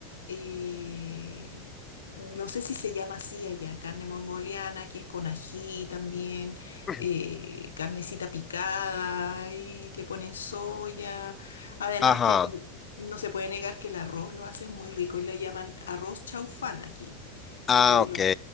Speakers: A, on the left; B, on the left.
A: eh, no sé si se llama así allá, carne mongoliana, que es con ají también,
B: <clears throat>
A: eh, carnecita picada, y le ponen soya. Además
B: Ajá.
A: que no se puede negar que el arroz lo hace muy rico y le llaman arroz chaufán aquí.
B: Ah,
A: Y eh,
B: ok.
A: lo hacen